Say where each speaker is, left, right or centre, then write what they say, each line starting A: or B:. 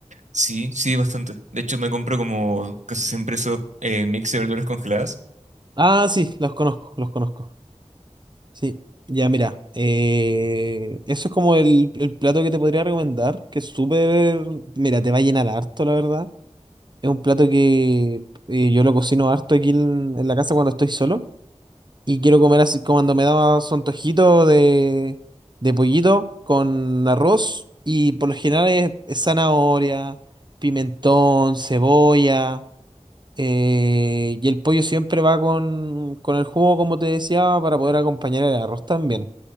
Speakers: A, on the right; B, on the right.
A: Sí, sí, bastante. De hecho, me compro como casi siempre esos eh, mix de verduras congeladas.
B: Ah, sí, los conozco, los conozco. Sí, ya mira, eh, eso es como el, el plato que te podría recomendar, que es súper, mira, te va a llenar harto, la verdad. Es un plato que eh, yo lo cocino harto aquí en, en la casa cuando estoy solo y quiero comer así como cuando me da su antojito de, de pollito con arroz y por lo general es, es zanahoria, pimentón, cebolla. eh, y el pollo siempre va con, con el jugo, como te decía, para poder acompañar el arroz también.